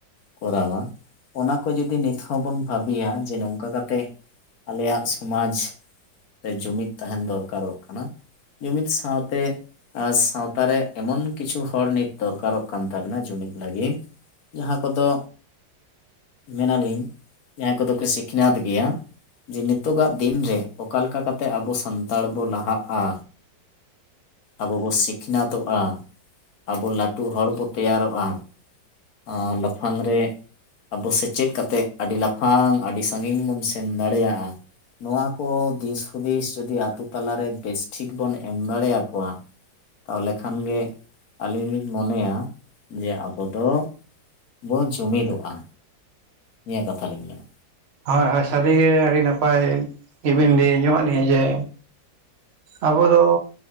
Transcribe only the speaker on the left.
ᱠᱚᱨᱟᱣᱟ ᱚᱱᱟ ᱠᱚ ᱡᱩᱫᱤ ᱱᱤᱛ ᱦᱚᱸ ᱵᱚᱱ ᱵᱷᱟᱵᱤᱭᱟ ᱡᱮ ᱱᱚᱝᱠᱟ ᱠᱟᱛᱮᱜᱼᱼ ᱟᱞᱮᱭᱟᱜ ᱥᱚᱢᱟᱡᱽ ᱨᱮ ᱡᱩᱢᱤᱫ ᱛᱟᱦᱮᱱ ᱫᱚᱨᱠᱟᱨᱚᱜ ᱠᱟᱱᱟ᱾ ᱡᱩᱢᱤᱫ ᱥᱟᱶᱛᱮ ᱥᱟᱶᱛᱟ ᱨᱮ ᱮᱢᱚᱱᱼᱼ ᱠᱤᱪᱷᱩ ᱦᱚᱲ ᱱᱤᱛ ᱫᱚᱨᱠᱟᱨᱚᱜ ᱠᱟᱱ ᱛᱟᱵᱤᱱᱟ ᱡᱩᱢᱤᱫ ᱞᱟᱹᱜᱤᱫ ᱡᱟᱦᱟᱸ ᱠᱚᱫᱚᱼᱼ ᱢᱮᱱᱟ ᱱᱤᱧ ᱡᱟᱦᱟᱸᱭ ᱠᱚᱫᱚ ᱠᱚ ᱥᱤᱠᱷᱱᱟᱹᱛᱷ ᱜᱮᱭᱟ᱾ ᱡᱮ ᱱᱤᱛᱚᱜᱟᱜ ᱫᱤᱱ ᱨᱮ ᱚᱠᱟ ᱞᱮᱠᱟ ᱠᱟᱛᱮᱜ ᱟᱵᱚ ᱥᱟᱱᱛᱟᱲ ᱵᱚ ᱞᱟᱦᱟᱜ-ᱟ᱾ ᱟᱵᱚ ᱵᱚ ᱥᱤᱠᱷᱱᱟᱹᱛᱚᱜ-ᱟ᱾ ᱟᱵᱚ ᱞᱟᱴᱩ ᱦᱚᱲ ᱵᱚ ᱛᱮᱭᱟᱨᱚᱜ-ᱟ᱾ ᱟᱻ ᱞᱟᱯᱷᱟᱝ ᱨᱮ ᱟᱵᱚ ᱥᱮᱪᱮᱜ ᱠᱟᱛᱮᱜ ᱟᱹᱰᱤ ᱞᱟᱯᱷᱟᱝ ᱟᱰᱤᱼᱼ ᱥᱟᱺᱜᱤᱧ ᱵᱚᱱ ᱥᱮᱱ ᱫᱟᱲᱮᱭᱟᱜ-ᱟ ᱾ ᱱᱚᱣᱟ ᱠᱚ ᱫᱤᱥᱼᱦᱩᱫᱤᱥ ᱡᱩᱫᱤ ᱟᱹᱛᱩ ᱛᱟᱞᱟᱨᱮ ᱵᱮᱥ ᱴᱷᱤᱠ ᱵᱚᱱ ᱮᱢ ᱫᱟᱲᱮ ᱭᱟᱠᱚᱣᱟ᱾ ᱛᱟᱣᱞᱮ ᱠᱷᱟᱱ ᱜᱮ ᱟᱹᱞᱤᱧ ᱞᱤᱧ ᱢᱚᱱᱮᱭᱟ ᱡᱮ ᱟᱵᱚ ᱫᱚᱼᱼ ᱵᱚ ᱡᱩᱢᱤᱫᱚᱜ-ᱟ᱾ ᱱᱤᱭᱟᱹ ᱠᱟᱛᱷᱟ ᱞᱤᱧ ᱢᱮᱱᱟ᱾